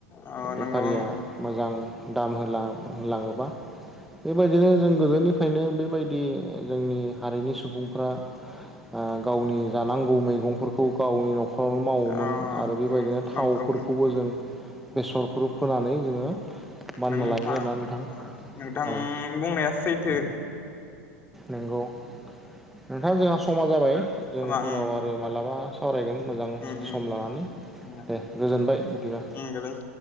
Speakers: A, on the left; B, in the centre.
A: अ
B: बेफारिया
A: नंगौ ओं
B: मोजां दां दाम होला होलाङोबा बेबायदिनो जों गोदोनिफ्रायनो बेबायदि जोंनि हारिनि सुबुंफ्रा ओ गावनि जानांगौ मैगंफोरखौ गावनि न'खरावनो मावोमोन
A: अ
B: आरो बेबायदिनो
A: उम
B: थावफोरखौबो
A: नंगौ
B: जों बेसरखौ फोनानै जोङो बानायना
A: नोंथां
B: लायोमोन आरोना नोंथां
A: नोंथां
B: औ
A: बुंनाया सैथो
B: नंगौ नोंथां जोंहा समा जाबाय जों
A: समा उम
B: उनाव आरो मालाबा सावरायगोन मोजां
A: उम
B: सम लानानै
A: उम
B: दे गोजोनबाय बिदिबा।
A: उम गोजोन